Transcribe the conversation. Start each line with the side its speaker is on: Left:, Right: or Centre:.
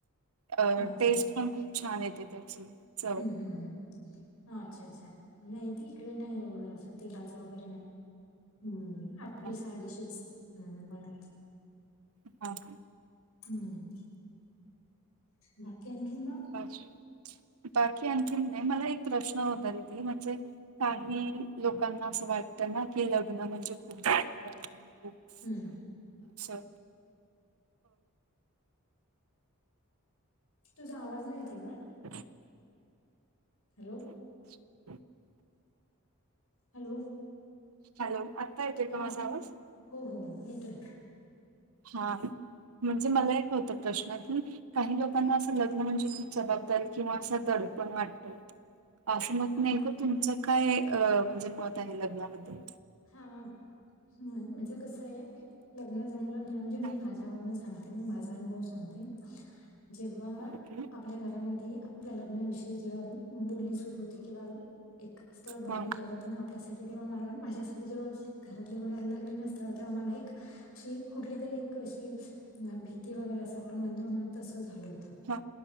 Right: अ
Left: अच्छा
Right: टेस्ट
Left: अच्छा
Right: पण खूप छान येते त्याची. च
Left: हम्म हम्म हम्म. अच्छा अच्छा, नाही ते इकडे नाही एवढं. असं तेलाचं वगैरे नाही. हम्म आपली
Right: हां
Left: साधशीच. हम्म बनव
Right: हा ह.
Left: हम्म. बा की आणखीन म?
Right: बाकी बाकी आणखीन नाही. मला एक प्रश्न होता दिदी. म्हणजे काही लोकांना असं वाटतं ना की, लग्न म्हणजे खूप जबाबदाऱ्या <unintelligible>
Left: हम्म.
Right: अस हो.
Left: तुझा आवाज नाही येते ग.
Right: ह <inaudible>
Left: हॅलो.
Right: <inaudible>
Left: हॅलो.
Right: हॅलो. आत्ता येतोय का
Left: हा
Right: माझ आवाज?
Left: हो हो हो. येतोय.
Right: हा, म्हणजे मला एक होतं प्रश्न की, काही लोकांना असं लग्न म्हणजे खूप जबाबदारी. किंवा अस दडपण वाटत. असं मत,
Left: हा
Right: नेमक तुमचं काय अ म्हणजे मत आहे. लग्नाबद्दल?
Left: ह ह. म म्हणजे कसंये. लग्न जमलं ना म्हणजे मी
Right: हा,
Left: माझ्यावरन सांग ते. माझा अनुभव सांगते. जेव्हा
Right: ओके
Left: आपल्या घरामध्ये आपल्या लग्नाविषयी जेव्हा बोलणी सुरू होते. किंवा एक स्थळ बघितल्या
Right: हा
Left: जात. आपल्यासाठी. तेव्हा, मला माझ्यासाठी जेव्हा घरातले बघायला लागले ना स्थळ तेव्हा मला एक अशी कुठली तरी एक अशी, भीती वगैरे असं आपण म्हणतो ना तसं झालं होत.
Right: हा